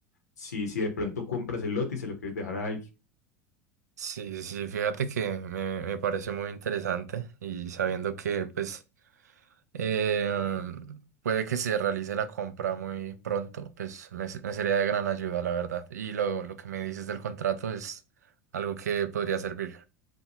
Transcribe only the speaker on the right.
Sí, sí, fíjate que me, me parece muy interesante y sabiendo que pues eh, puede que se realice la compra muy pronto, pues me, se- me sería de gran ayuda, la verdad. Y lo, lo que me dices del contrato es algo que podría servir.